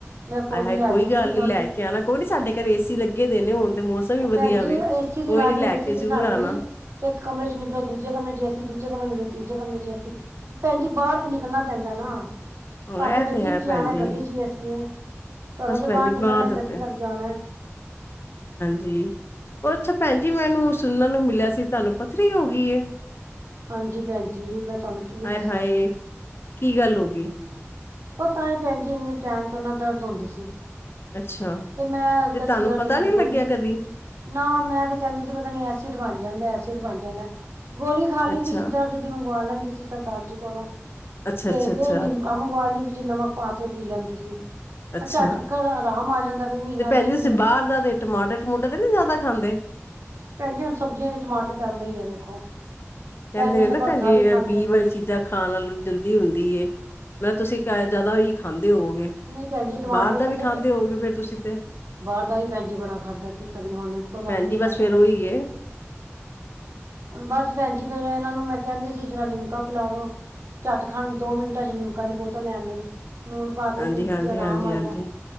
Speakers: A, on the right; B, on the left.
A: ਮੈਂ
B: ਆਏ ਹਾਏ,
A: ਨੀ ਲੈ
B: ਕੋਈ
A: ਜੂੰਗੀ
B: ਗੱਲ ਨੀ
A: ਥੋੜੀ
B: ਲੈ ਕੇ ਆਉਣਾ, ਕੋਈ ਨੀ ਸਾਡੇ ਘਰ ਏ ਸੀ ਲੱਗੇ ਦੇ ਨੇ ਹੁਣ ਤੇ ਮੌਸਮ ਵੀ
A: ਉਹ ਭੈਣ
B: ਵਧੀਆ
A: ਜੀ
B: ਵੇ
A: ਏ ਸੀ ਦੀ
B: ਕੋਈ
A: ਗੱਲ
B: ਲੈ
A: ਨੀ, ਏ
B: ਕੇ
A: ਸੀ ਤੇ
B: ਜ਼ਰੂਰ
A: ਸਾਡੇ
B: ਆਣਾ
A: ਵੀ ਇੱਕ ਕਮਰੇ ਚ ਨਿਕਲੋ, ਦੂਜੇ ਕਮਰੇ ਚ ਏ ਸੀ, ਦੂਜੇ ਕਮਰੇ ਨਿਕਲੋ ਤੀਜੇ ਕਮਰੇ ਚ ਅਸੀਂ ਭੈਣਜੀ ਬਾਹਰ ਤੇ ਨਿਕਲਣਾ ਪੈਂਦਾ ਨਾ
B: ਹਾਂ
A: ਭਾਵੇਂ
B: ਇਹ
A: ਗੱਡੀ
B: ਤੇ ਹੈ
A: ਚ ਜਾਣਾ,
B: ਭੈਣ ਜੀ
A: ਗੱਡੀ ਚ ਵੀ ਏ ਸੀਂ ਐ। ਘਰੋਂ
B: ਬਸ
A: ਤੇ
B: ਭੈਣ
A: ਬਾਹਰ
B: ਜੀ
A: ਨਿਕਲਣਾ,
B: ਦਿੱਤੇ
A: ਗੱਡੀ ਤੱਕ ਜਾਣਾ ਐ।
B: ਜੀ, ਉਹਰ ਅੱਛਾ ਭੈਣ ਜੀ ਮੈਨੂੰ ਸੁਣਨ ਨੂੰ ਮਿਲਿਆ ਸੀ, ਤੁਹਾਨੂੰ ਪੱਥਰੀ ਹੋ ਗਈ ਐ।
A: ਹਾਂਜੀ ਭੈਣ ਜੀ, ਮੈਂ ਤੁਹਾਨੂੰ ਕੀ
B: ਆਏ
A: ਦੱਸਾਂ
B: ਹਾਏ ਕੀ ਗੱਲ ਹੋ ਗਈ?
A: ਪਤਾ ਹੈ ਭੈਣ ਜੀ, ਇੰਨੇ ਟੈਮ ਤੋਂ ਨਾ ਦਰਦ ਹੁੰਦੀ ਸੀ।
B: ਅੱਛਾ
A: ਤੇ ਮੈਂ
B: ਤੇ
A: ਕਦੀ
B: ਤੁਹਾਨੂੰ
A: ਦਰਦ
B: ਪਤਾ
A: ਦੀ
B: ਨੀ
A: ਗੋਲੀ
B: ਲੱਗਿਆ ਕਦੀ?
A: ਨਾ ਮੈਂ ਤੇ ਕਹਿੰਦੀ ਸੀ, ਪਤਾ ਨੀ ਐਸਿਡ ਬਣ ਜਾਂਦਾ, ਐਸਿਡ ਬਣ ਜਾਂਦਾ। ਗੋਲੀ ਖਾ ਲਈ
B: ਅੱਛਾ,
A: ਦੀ ਸੀ ਦਰਦ ਦੀ, ਮੰਗਵਾ ਲੈਂਦੀ ਸੀ ਸਰਦਾਰ ਜੀ ਕੋਲੋਂ।
B: ਅੱਛਾ,
A: ਤੇ
B: ਅੱਛਾ, ਅੱਛਾ,
A: ਫਿਰ ਨਿਮਕਾ ਮੰਗਵਾ ਲੀ, ਵਿੱਚ ਨਮਕ ਪਾ ਕੇ ਪੀ ਲੈਂਦੀ ਸੀ
B: ਅੱਛਾ
A: ਪਰ ਝੱਟ ਕਰ, ਆਰਾਮ ਆ ਜਾਂਦਾ ਫੇਰ ਮਹੀਨਾ
B: ਤੇ ਭੈਣ
A: ਡੇਢ
B: ਜੀ,
A: ਮਹੀਨਾ
B: ਤੁਸੀਂ ਬਾਹਰ ਦਾ ਤੇ ਟਮਾਟਰ ਟਮੂਟਰ ਤੇ ਨਹੀਂ ਜ਼ਿਆਦਾ ਖਾਂਦੇ।
A: ਭੈਣਜੀ ਹੁਣ ਸਬਜ਼ੀਆਂ ਤੇ ਟਮਾਟਰ ਪੈਂਦਾ ਹੀ ਹੈ, ਵੇਖੋ
B: ਕਹਿੰਦੇ
A: ਬੈਂਗਣ
B: ਨੇ ਨਾ
A: ਦਾ ਭਰਥਾ
B: ਭੈਣ ਜੀ,
A: ਵੀ ਖਾਂਦੇ
B: ਬੀ
A: ਸੀ
B: ਵਾਲੀ ਚੀਜ਼ਾਂ ਖਾਣ ਨਾਲੋਂ ਜਲਦੀ ਹੁੰਦੀ। ਮੈਂ, ਤੁਸੀਂ ਜ਼ਿਆਦਾ ਹੀ ਖਾਂਦੇ ਹੋਵਗੇ,
A: ਨਹੀਂ ਭੈਣ ਜੀ ਟਮਾਟਰ
B: ਬਾਹਰ ਦਾ
A: ਇੱਕ
B: ਵੀ ਖਾਂਦੇ
A: ਤੇ
B: ਹੋਗੇ ਫੇਰ ਤੁਸੀਂ ਤੇ।
A: ਬਾਹਰ ਦਾ ਵੀ ਭੈਣ ਜ ਬੜਾ ਖਾਧਾ ਕੀ ਕਰੀਏ, ਹੁਣ ਇਕੋ ਦਮ
B: ਭੈਣ ਜੀ
A: ਮੂੰਹ
B: ਬਸ
A: ਬੰਦ
B: ਫੇਰ
A: ਹੋ
B: ਉਹੀ
A: ਗਯਾ।
B: ਏ,
A: ਹੁਣ ਬਸ ਭੈਣਜੀ ਫਿਰ ਇਹਨਾਂ ਨੂੰ ਮੈਂ ਕਹਿੰਦੀ ਸੀ, ਜ਼ਰਾ ਲਿਮਕਾ ਪਿਲਾ ਦੋ। ਝੱਟ ਖਾਣ, ਦੋ ਮਿੰਟਾਂ ਚ ਲਿਮਕਾ ਦੀ ਬੋਤਲ ਲੈ ਆਂਦੇ, ਲੂਣ ਪਾ ਕੇ
B: ਹਾਂਜੀ,
A: ਪੀਤੀ
B: ਹਾਂਜੀ,
A: ਆਰਾਮ
B: ਹਾਂਜੀ,
A: ਆਯਾ।
B: ਹਾਂਜੀ